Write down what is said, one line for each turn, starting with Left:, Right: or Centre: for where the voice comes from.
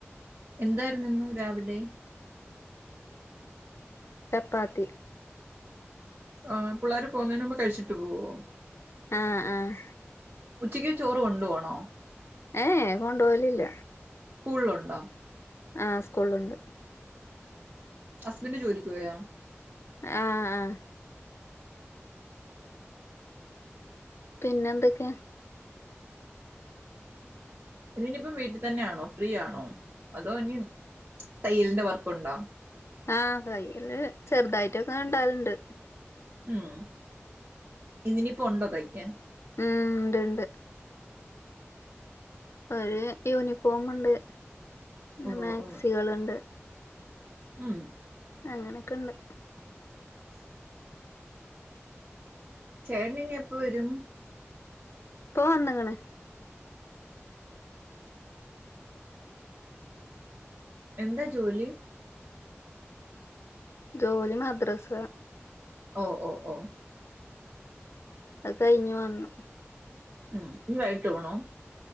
Right: എന്തായിരുന്നു ഇന്ന് രാവിലെ?
Left: ചപ്പാത്തി
Right: ആഹ് പിള്ളേര് പോകുന്നേന് മുമ്പ് കഴിച്ചിട്ട് പോവോ?
Left: ആഹ് ആഹ്
Right: ഉച്ചക്ക് ചോറ് കൊണ്ടു പോവണോ?
Left: ഏഹ് ഏഹേ കൊണ്ടോവലില്ല.
Right: സ്കൂളില് ഒണ്ടോ?
Left: ആഹ് സ്കൂള്ള്ണ്ട്.
Right: ഹസ്ബൻഡ് ജോലിക്ക് പോയോ?
Left: അ ആഹ് ആഹ് പിന്നെന്തൊക്കെ?
Right: ഇതിനിപ്പം വീട്ടിത്തന്നെയാണോ ഫ്രീ ആണോ അതോ ഇനി തയ്യലിന്റെ വർക്കുണ്ടോ?
Left: ആഹ് തയ്യല് ചെറുതായിട്ടൊക്കെ ഇണ്ടാകലുണ്ട്.
Right: ആഹ് ഇന്നിനിപ്പൊ ഒണ്ടോ തയ്ക്കാൻ.
Left: ഉം ഇണ്ട് ണ്ട് ഒരു യൂനിഫോമ്ണ്ട് പിന്നെ
Right: ഓ
Left: മേക്സികള്ണ്ട്
Right: ഓ ഉം
Left: അങ്ങനെക്കെണ്ട്
Right: <inaudible> ചേട്ടന് ഇനി എപ്പൊ വരും?
Left: ഇപ്പൊ വന്ന്ക്ണ്‌
Right: എന്താ ജോലി?
Left: ജോലി മദ്രസ
Right: ഓ ഓ ഓ
Left: അത് കഴിഞ്ഞു വന്നു
Right: ഉം ഇഞ്ഞി വൈകിട്ട് പോണോ?